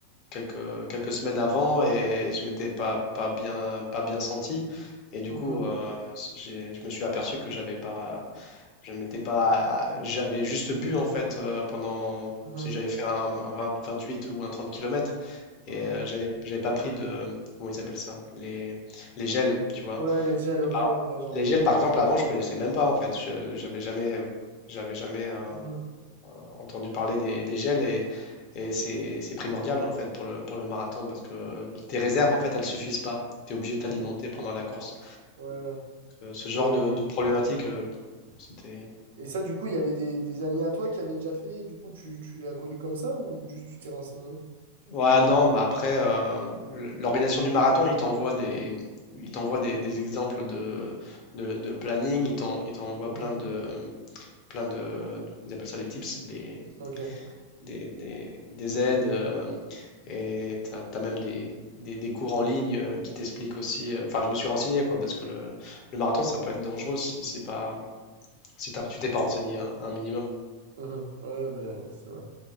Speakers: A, on the left; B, on the right.
A: quelques, quelques semaines avant et je m'étais pas, pas bien, pas bien senti. Et du
B: Mhm,
A: coup, euh, j'ai- je me suis aperçu que j'avais pas, je m'étais pas, à- j'avais juste bu en fait euh, pendant,
B: mhm,
A: si j'avais fait un, un 28 ou un 30 kilomètres et
B: mhm.
A: euh, j'avais, j'avais pas pris de, comment ils appellent ça, les, les gels, tu vois.
B: Ouais, les gels, ok,
A: Ah.
B: ouais, ouais, j'en
A: Les
B: ai.
A: gels,
B: un.
A: par exemple, avant, je connaissais même pas en fait. Je, j'avais jamais, j'avais jamais. euh,
B: Mhm,
A: entendu parler des, des gels et, et c'est c'est primordial en fait pour le, pour le marathon parce que tes réserves en fait elles suffisent pas. Tu es obligé de
B: ok,
A: t'alimenter
B: ouais,
A: pendant la course.
B: ouais.
A: Euh, ce genre
B: Mais...
A: de, de problématique, euh, c'était.
B: Et ça, du coup, il y avait des, des amis à toi qui avaient déjà fait, et du coup, tu, tu l'as connu comme ça ou juste tu t'es renseigné?
A: Ouais, non, bah après, euh, l- l'organisation du marathon, il t'envoie des, il t'envoie des, des exemples de, de, de planning, il t'en- il t'envoie
B: Mhm,
A: plein de, plein de, ils appellent ça les tips, les,
B: ok.
A: des, des- des aides euh, et tu as, même des, des- des cours en ligne euh, qui t'expliquent aussi. euh, Enfin, je me suis renseigné quoi, parce que le, le marathon ça peut être dangereux si c'est pas si t'as- tu t'es pas renseigné un, un minimum.
B: Mhm, ouais, ben, c'est vrai.